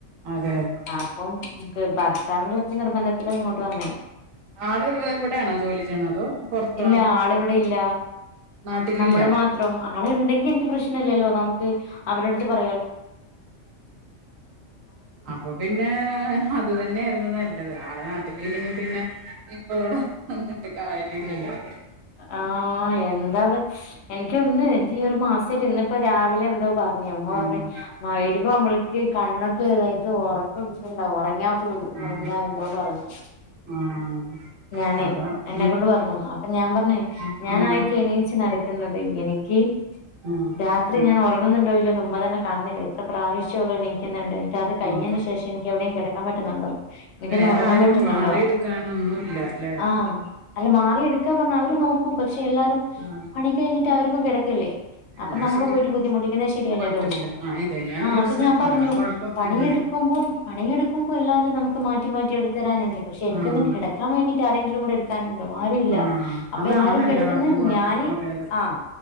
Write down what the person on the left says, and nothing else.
അപ്പം ക്ക് ഭർത്താവിന്റെ ഒറ്റ നിർബന്ധത്തിലോ ഇങ്ങോട്ട് വന്നേ
ഇല്ല ആളിവിടെ ഇല്ല
നമ്മള് മാത്രം ആള്ണ്ടെങ്കി എനിക്ക് പ്രശന ല്ലല്ലോ നമക്ക് അവരട്ത്ത് <unintelligible>
ആ എന്ത <unintelligible> എനിക്കൊന്ന് ഈ ഒരു മാസായിട്ട് ഇന്ന് ഇപ്പോ രാവിലെ എന്തോ പറഞ്ഞ് ഉമ്മ
പറഞ്ഞ് മഗ്‌രിബ് ആവുമ്പോളേക്ക് കണ്ണൊ ഒ ഇതായിട്ട് ഉറക്കിിച്ചിട്ടണ്ട ഉറങ്ങാ പതി മാറില്ല
എന്തോ പറഞ്ഞു
ഞാന്
എന്നെക്കൊണ്ട്
പറഞ്ഞു അപ്പ ഞാൻ പറഞ്ഞേ
ഞാനായിട്ട് എണീച്ച നട ുന്നത് എനിക്ക്
രാത്രി
ഞാൻ ഉറങ്ങുന്നുണ്ടോല്ലോ മുമ്പ തന്നെ കാണുന്നില്ല എത്ര പ്രാവശ്യം ഉള്ള എനിക്കുന്നുണ്ട് അത് കഴഞ്ഞതിന്
ശേഷം എനി എവിടെയും കിട പാൻ പറ്റുന്നുണ്ടോ എനിക്കൊന്ന്
ഉറങ്ങാൻ
പറ്റുന്നുണ്ടോ
ആഹ് അല്ല മാറിെടുക്ക ഒക്കെ പറഞ്ഞ അവര് നോക്ക പക്ഷെ എല്ലാവരും
പണി കഴിഞ്ഞിട്ട് അവർക്കും കിടക്കല്ലേ അപ്പൊ
നമ്മള്
പോയിട്ട് ബുദ്ധിമുട്ടിക്കുന്നത് ശരിയല്ലല്ലോ
ആഹ
അപ്പൊ ഞാൻ പറഞ്ഞു
പണിയെടുക്കുമ്പോം
പണിയെടു ആുമ്പോ എല്ലാരും ന മാറ്റി മാറ്റി എടുത്തരാനുണ്ട് പക്ഷെ എനിക്കൊന്ന്
കിടക്കാൻ വേണ്ടി ആങ്കിലുംൂ എടുക്കാനുണ്ട് ആരുംല്ല
അപ്പൊ
എല്ലാരും
കിടക്കുന്ന
ഞാന്
ആ